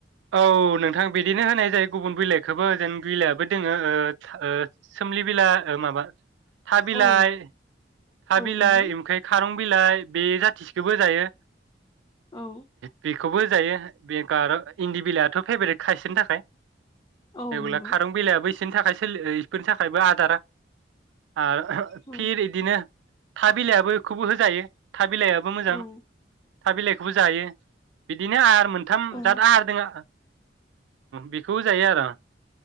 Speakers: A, on the right; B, on the left.
A: औ नोंथां बिदिनो होनाय जायो गुबुन बिलाइखौबो जेन बिलायाबो दोङो ओ ओ‌ सोमलि बिलाइ ओ माबा थाबिलाइ
B: औ
A: थाबिलाइ
B: औ नंगौ
A: ओमफ्राय खारं बिलाय बे जाथिसेखौबो जायो
B: औ
A: बेखौबो जायो <unintelligible> इन्दि बिलाइयाथ फेभरेट खा बिसोरनि थाखाय
B: औ
A: <unintelligible>
B: नंगौ
A: खारं बिलाइयाबो इसो रनि थाखाय सोलि ओ इफोरनि थाखायबो आदार आरो
B: औ
A: फिर इदिनो था बिलाइयाबो बेखौबो होजायो था बिलाइयाबो मोजां
B: औ
A: था बिलाइखौबो जायो बिदिनो आरो मोन मोनथाम
B: औ
A: जाद हारदों बेखौबो जायो आरो